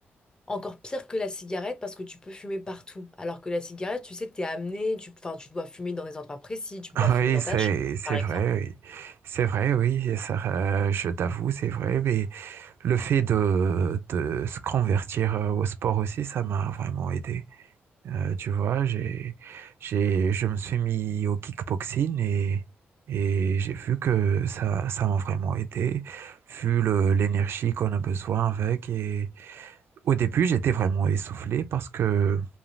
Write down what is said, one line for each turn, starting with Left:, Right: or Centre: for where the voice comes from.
Left: encore pire que la cigarette parce que tu peux fumer partout. Alors que la cigarette, tu sais, t'es amené, tu, enfin, tu dois fumer dans des endroits précis, tu peux pas fumer
Right: Oui,
Left: dans
Right: c'est
Left: ta chambre,
Right: c'est
Left: par exemple.
Right: vrai, oui. C'est vrai, oui, et ça, euh, je t'avoue, c'est vrai, mais le fait de, de se convertir euh, au sport aussi, ça m'a vraiment aidé. Euh, tu vois, j'ai, j'ai, je me suis mis au kickboxing et, et j'ai vu que ça, ça m'a vraiment aidé, vu le, l'énergie qu'on a besoin avec. Et au début, j'étais vraiment essoufflé parce que